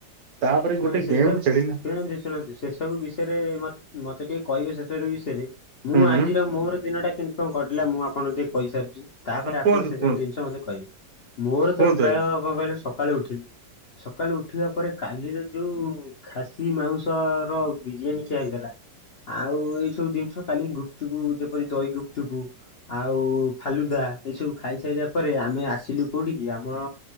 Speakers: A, on the right; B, on the left.
A: ତାପରେ ଗୋଟେ
B: ହଁ ସେସବୁ
A: ଗେମ୍ ଖେଳି
B: ଶୁଣନ୍ତୁ ଶୁଣନ୍ତୁ ସେସବୁ ବିଷୟରେ ମତେ ଟିକେ କହିବେ ସେସବୁ ବିଷୟରେ ମୁଁ
A: ହୁଁ
B: ଆଜିର
A: ହୁଁ
B: ମୋର ଦିନ ଟା କେମିତି କଣ କରିିଲା ମୁଁ ଆପଣଙ୍କୁ ଟିକେ କହିସାରିଛି। ତାପରେ
A: ହଁ କୁହନ୍ତୁ
B: ଆପଣ ସେ
A: କୁହନ୍ତୁ
B: ସବୁ ଜିନିଷ ମତେ କହିବେ। ମୋର
A: କୁହନ୍ତୁ
B: ତ ପ୍ରାୟ
A: ଆଜ୍ଞା
B: କଣ କହିଲେ ସକାଳେ ଉଠିଲି। ସକାଳୁ ଉଠିବା ପରେ କାଲିର ଯୋଉ ଖାସି ମାଉଁସ ର ବିରିୟାନୀ ଖିଆ ହେଇଥିଲା ଆଉ ଏଇ ସବୁ ଜିନିଷ କାଲି ଗୁପଚୁପୁ ଯେପରି ଦହି ଗୁପଚୁପୁ ଆଉ ଫାଲୁଦା ଏଇସବୁ ଖାଇସାରିଲା ପରେ ଆମେ ଆସିଲୁ କୋଉଠିକି ଆମ